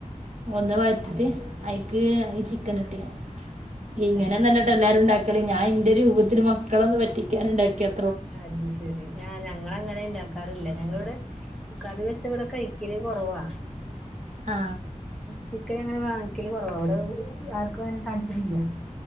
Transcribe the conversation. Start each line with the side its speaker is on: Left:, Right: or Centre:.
Right: ഒന്ന് വയറ്റിട്ട്
Centre: അങ്ങനെ.
Right: അയിക്ക്ചിക്കനിട്ട്ഞാൻ ഇങ്ങനൊന്നല്ലട്ടാഎല്ലാരുണ്ടാക്കല്
Centre: അത് ശരി.
Right: ഞാന് ഇന്റെരൂപത്തില്മക്കളൊന്ന് പറ്റിക്കാന്ണ്ടാക്കിയാ
Centre: അത്ശരി ആഞങ്ങള അങ്ങനെണ്ടാക്ക ക്കാറില്ലഞങ്ങിവിടെകറിവെച്ച ഇവിടെകഴിക്കല്കൊറവാ
Right: ആ
Centre: ചിക്കനങ്ങനെവാങ്ങിക്കല്കൊറവ ഇവിടാർക്കുങ്ങനെതാല്പര്യല്ല്യ